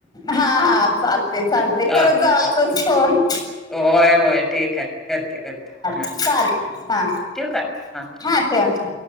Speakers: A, on the left; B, in the centre.
A: हा हा चालते चालते
B: चालतंय
A: करत जाव असच
B: चालतंय
A: फोन
B: होय होय ठीक आहे करते करते हा
A: चालेल हा
B: ठव का हा
A: ठेवा ठेवा